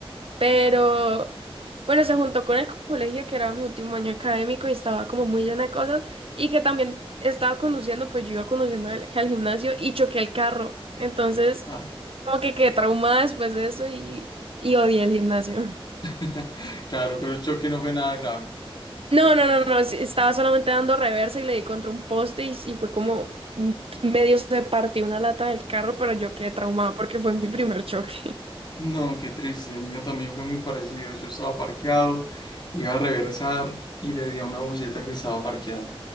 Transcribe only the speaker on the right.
pero Bueno, se juntó con el colegio, que era mi último año académico y estaba como muy llena de cosas y que también estaba conduciendo, pues yo iba conduciendo al, al gimnasio y choqué el carro. Entonces,
como que quedé traumada después de eso y, y odié el gimnasio. <laughs>
No, no, no, no, sí, estaba solamente dando reversa y le di contra un poste y, y fue como mm, medio se partió una lata del carro, pero yo quedé traumada porque fue mi primer choque.